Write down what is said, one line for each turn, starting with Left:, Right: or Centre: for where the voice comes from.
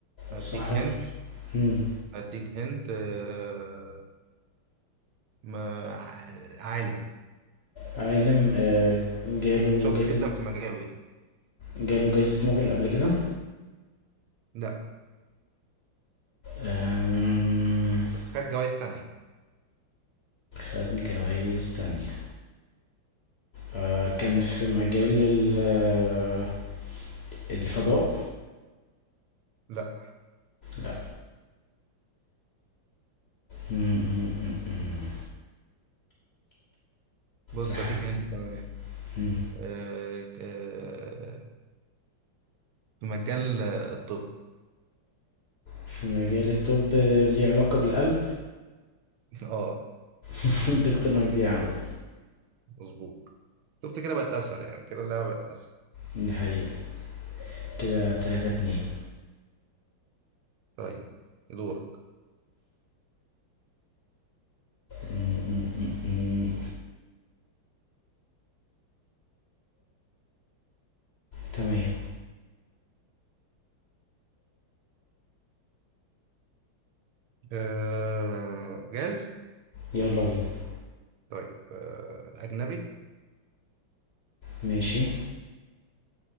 Right: هديك
Left: صحفي
Right: هنت
Left: مم،
Right: هديك هنت آه، ما ع- عالم
Left: عالم آه، جاله
Right: شاطر
Left: جايزة
Right: جدا في مجاله يعني
Left: جاله جايزة نوبل قبل كده
Right: لا
Left: آم،
Right: بس خد جوائز تانية
Left: خد جوايز تانية آه، كان في مجال ال- آه، الفضاء
Right: لا
Left: لا مم، مم، مم، مم.
Right: بص
Left: بح-
Right: هديك هنت كمان
Left: مم.
Right: آه، آه، في مجال آه، الطب
Left: في مجال الطب ليه علاقة بالقلب
Right: <laughs> اه
Left: <laughs> <applause> دكتور مجدي يعقوب
Right: مظبوط شفت كده بقت اسهل يعني كده اللعبة بقت اسهل
Left: دي حقيقة كده تلاتة اتنين
Right: طيب دورك
Left: م- م- م- م. تمام
Right: آه، جاهز
Left: يلا بينا
Right: طيب آه، اجنبي
Left: ماشي